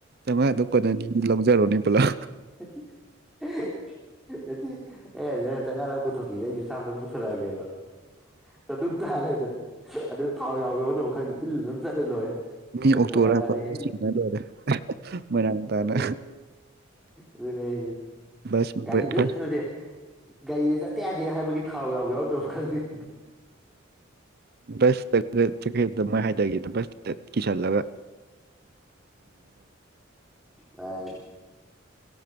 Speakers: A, on the right; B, in the centre.
A: ꯅꯨꯡꯉꯥꯗ ꯀ ꯑꯅꯤꯗꯤ ꯂꯧꯖꯔꯣꯅꯦ ꯄꯨꯂꯞ
B: <inaudible> ꯑꯗꯨꯗꯤ ꯑꯩ ꯅ ꯆꯉꯥꯗ ꯄꯨꯊꯣꯛꯈꯤꯗꯦ ꯑꯩꯁꯨ ꯆꯥꯝꯗ ꯄꯨꯊꯣꯔꯛꯑꯒꯦꯕ ꯆꯠꯇꯛ ꯇꯥꯔꯦꯗꯅ ꯑꯗꯨ ꯊꯥꯎ ꯌꯥꯎꯕ ꯌꯥꯎꯗꯕ ꯈꯪꯗꯦ ꯏꯜꯂ ꯑꯗꯨꯝ ꯆꯠꯂꯦ ꯂꯣꯏꯔꯦ
A: ꯃꯤ ꯑꯣꯛꯇꯣ
B: ꯃꯣꯏꯔꯥꯡ
A: ꯍꯥꯄ
B: ꯇꯥꯟꯅ ꯏꯜꯂꯦ
A: ꯆꯤꯡꯅ ꯂꯣꯏꯔꯦ ꯃꯣꯏꯅꯥꯥꯡ ꯇꯥꯅ
B: ꯑꯗꯨ ꯑꯗꯨꯅꯦ
A: ꯕꯁ
B: ꯀꯒꯥꯔꯤꯗ
A: ꯕꯁ
B: ꯅꯗꯤ ꯒꯥꯔꯤꯗ ꯆꯠꯇ ꯌꯥꯗꯦ ꯍꯥꯏꯕꯒꯤ ꯊꯥꯎ ꯌꯥꯎꯕ ꯌꯥꯎꯗꯕ ꯈꯪꯗ
A: ꯁꯇ ꯆꯩꯗ ꯃ ꯍꯥꯏꯇꯥꯒꯦꯁ ꯀꯁꯜꯂꯒ
B: ꯑ